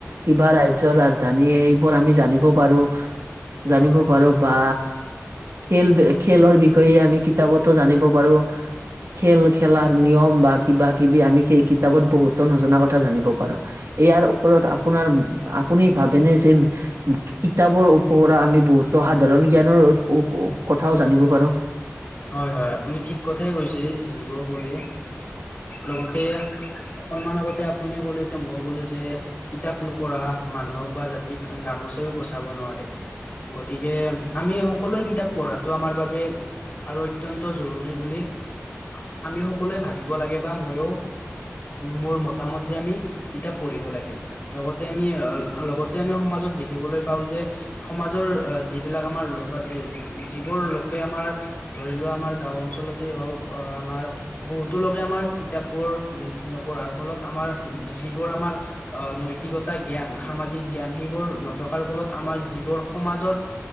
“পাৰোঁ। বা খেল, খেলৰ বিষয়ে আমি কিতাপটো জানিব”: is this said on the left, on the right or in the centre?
Right